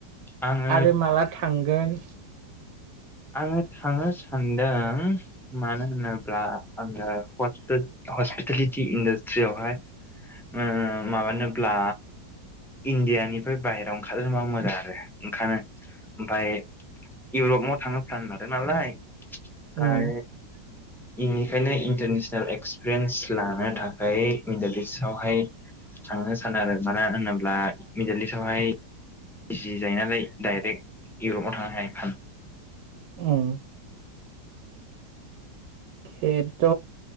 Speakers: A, in the centre; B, on the right.
A: आङो
B: आरो माला थांगोन।
A: आङो थांनो सानदों मानो होनोब्ला आङो हस्पिटेलिटि इन्डासट्रियावहाय उम माबानोब्ला इण्डियानि बाहेराव ओंखारबा मोजां आरो ओंखनो ओमफ्राय इउरपाव थाङोब फान लादों नालाय फ्राय
B: उम <inaudible>
A: बेनिखायनो इन्टारनेसनेल एक्सपिरियेन्स लानो थाखाय मिडोल इस्ट आवहाय थांनो सानो आरो मानो होनोब्ला मिडल इस्ट आवहाय जिरायनानै दडाइरेक्ट इउरपाव थांनो हानाय
B: उम। खेबद